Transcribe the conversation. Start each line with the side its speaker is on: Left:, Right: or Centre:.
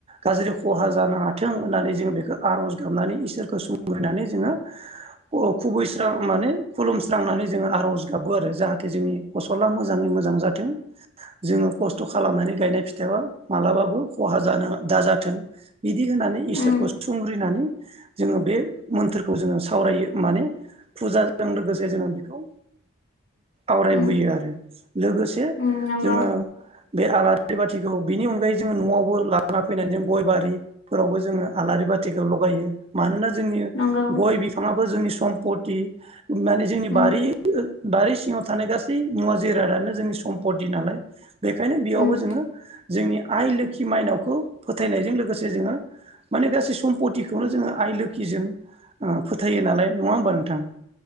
Right: गाज्रि खहा जानो हाथों होननानै जों बेखौ आर'ज गाबनानै इसोरखौ <unintelligible> नानै जोङो। अ खुबै स्रां। माने खुलुमस्रांनानै जोङो आर'ज गाबो आरो जाहाथे जोंनि फसला मोजाङै मोजां जाथों जोङो खस्थ' खालामनानै गायनाय फिथाया मालाबाबो खहा जानो दाजाथों बिदि होननानै इसोरखौ
Left: उम
Right: सुंग्रिनानै जोङो बे मोन्थोरखौ जोङो सावरायो माने फुजाजों लोगोसे जोङो बेखौ आवरायबोयो
Left: उम
Right: आरो लोगोसे
Left: उम नंगौ
Right: जोङो। बे आलारि बाथिखौ बिनि अनगायै जोङो न'आवबो लाना फैनानै जों गय बारिफोरावबो जोङो आलारि बाथिखौ लगायो मानोना जोंनि
Left: नंगौ
Right: गय बिफाङाबो जोंनि। सम्पटि। माने जोंनि
Left: उम
Right: बारि बारि सिङाव थानाय गासै मुवा जिरादानो जोंनि सम्पति नालाय। बेखायनो बेयावबो
Left: उम
Right: जोङो। जोंनि आइ लोखि माइनावखौ फोथायनायजों लोगोसे जोङो माने गासै सम्पतिखौनो जोङो आइ लो खि जों ओ फोथायो नालाय नङा होमबा नोंथां।